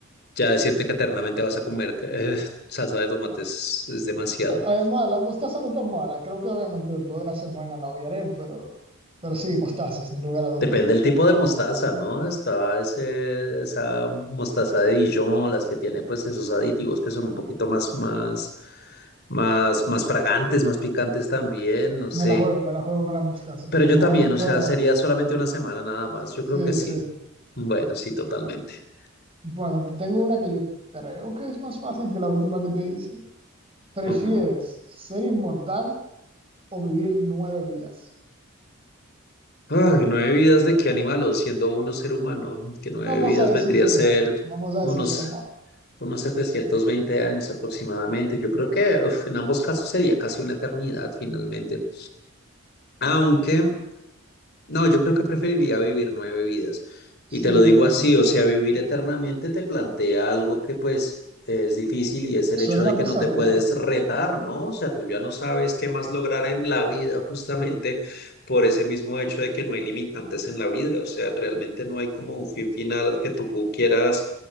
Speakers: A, on the left (about 45°); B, on the right (about 25°).
A: ya decirte que eternamente vas a comer eh, <laughs> salsa de tomate es, es demasiado.
B: Además, la mostaza no es tan mala. Creo que obviamente después de una semana la odiaré, pero, pero sí, mostaza, sin lugar a duda.
A: Depende del tipo de mostaza, ¿no? Está ese, esa mostaza de Dijon, las que tienen pues esos aditivos que son un poquito más, más, más, más fragantes, más picantes también, no
B: Me
A: sé.
B: la juego, me la juego con la mostaza.
A: Pero
B: No,
A: yo también,
B: no puedo.
A: o sea, sería solamente una semana nada más. Yo
B: Sí,
A: creo que sí.
B: sí.
A: Bueno, sí, totalmente.
B: Bueno, te tengo una que yo creo que es más fácil que la última que te hice. ¿Prefieres
A: Ajá.
B: ser inmortal o vivir nueve vidas?
A: Ay, nueve vidas de qué animal, o siendo uno ser humano, que nueve
B: Vamos
A: vidas
B: a decir
A: vendría
B: ser
A: a ser
B: humano. Vamos a
A: unos,
B: decir ser humano.
A: unos 720 años aproximadamente. Yo creo que uf, en ambos casos sería casi una eternidad finalmente. Aunque No, yo creo que preferiría vivir nueve vidas.
B: Sí,
A: Y te lo digo
B: yo también.
A: así, o sea, vivir eternamente te plantea algo que pues es difícil y es el
B: Suena
A: hecho
B: una
A: de que
B: pesadilla.
A: no te puedes
B: ¿eh?
A: retar, ¿no? O sea, tú ya no sabes qué más lograr en la vida justamente por ese mismo hecho de que no hay limitantes en la vida. O sea, realmente no hay como un fin final al que tú quieras